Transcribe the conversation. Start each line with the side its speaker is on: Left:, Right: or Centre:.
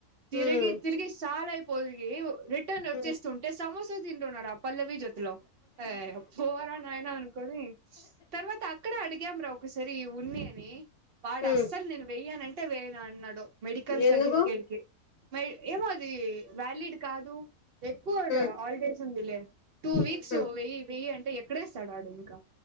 Right: తిరిగి
Left: ఉమ్
Right: తిరిగి సాల్ అయిపోయి రిటర్న్ వచ్చేస్తుంటే
Left: ఉమ్
Right: సమోసా తింటున్నారు ఆ పల్లె ఆ పోరా నాయనా అనుకని తర్వాత అక్కడే అడిగాంరా ఒకసారి ఉన్ని వాడు
Left: ఉమ్
Right: అస్సలు నేను వెయ్యానంటే వేయను అన్నాడు మెడికల్
Left: ఎందుకు
Right: సర్టిఫికేట్ కి మరి ఏమోది వ్యాలిడ్ కాదు ఎక్కువ
Left: ఉమ్
Right: హాలిడేస్ ఉంది లే టూ వీక్ విక్స్
Left: ఉహు
Right: వెయ్యి వెయ్యి అంటే ఎక్కడేస్తాడు ఆడు ఇంకా